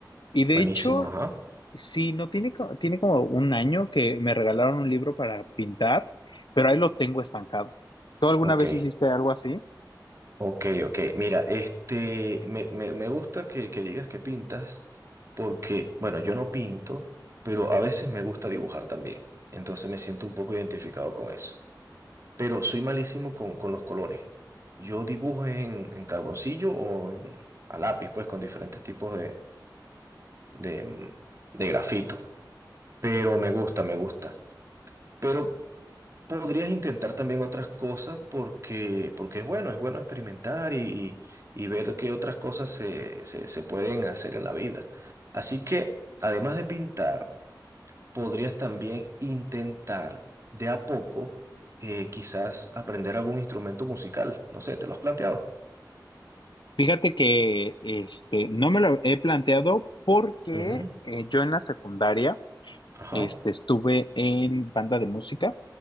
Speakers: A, on the left; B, on the right.
A: Y de
B: buenísimo,
A: hecho,
B: ajá.
A: Sí, no tiene, co- tiene como un año que me regalaron un libro para pintar, pero ahí lo tengo estancado. ¿Tú alguna
B: Ok,
A: vez hiciste algo así?
B: ok, ok. Mira, este, me, me, me gusta que, que digas que pintas, porque, bueno, yo no pinto, pero a veces me gusta dibujar también. Entonces me siento un poco identificado con eso. Pero soy malísimo con, con los colores. Yo dibujo en, en carboncillo o en, a lápiz, pues, con diferentes tipos de, de, mm, de grafito. Pero me gusta, me gusta. Pero podrías intentar también otras cosas porque, porque es bueno, es bueno experimentar y, y- y ver qué otras cosas se, se, se pueden hacer en la vida. Así que, además de pintar, podrías también intentar de a poco, eh, quizás aprender algún instrumento musical. No sé, ¿te lo has planteado?
A: Fíjate que este, no me lo he planteado porque
B: Ujú,
A: eh, yo en la secundaria
B: Ajá.
A: este, estuve en banda de música,